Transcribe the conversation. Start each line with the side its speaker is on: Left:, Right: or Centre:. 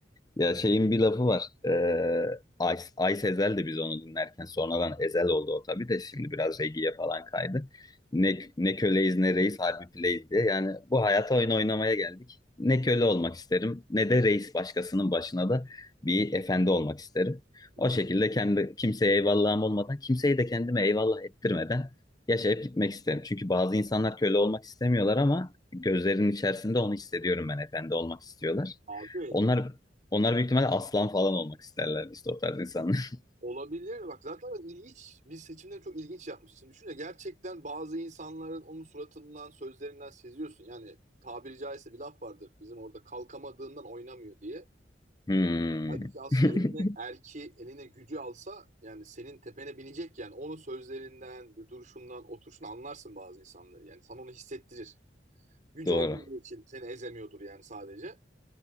Left: Ya şeyin bir lafı var. Ee, Ay, Ay Sezel de biz onu dinlerken sonradan Ezel oldu o tabii de şimdi biraz reggae'ye falan kaydı. Ne, ne köleyiz ne reis harbi plays diye. Yani bu hayata oyun oynamaya geldik. Ne köle olmak isterim ne de reis başkasının başına da bir efendi olmak isterim.
Right: Hı
Left: O
Right: hı.
Left: şekilde kendi kimseye eyvallahım olmadan kimseyi de kendime eyvallah ettirmeden yaşayıp gitmek isterim. Çünkü bazı insanlar köle olmak istemiyorlar ama gözlerinin içerisinde onu hissediyorum ben efendi olmak istiyorlar.
Right: Abi evet.
Left: Onlar onlar büyük ihtimalle aslan falan olmak isterler işte o tarz insanlar. <laughs>
Right: Olabilir. Bak zaten ilginç. Biz seçimleri çok ilginç yapmışız. Şimdi düşünce gerçekten bazı insanların onun suratından, sözlerinden seziyorsun. Yani tabiri caizse bir laf vardır. Bizim orada kalkamadığından oynamıyor diye.
Left: Hmm.
Right: Halbuki aslında
Left: <laughs>
Right: eline erki, eline gücü alsa yani senin tepene binecek yani. Onun sözlerinden, bir duruşundan, oturuşundan anlarsın bazı insanları. Yani sana onu hissettirir. Gücü
Left: Doğru.
Right: olmadığı için seni ezemiyordur yani sadece.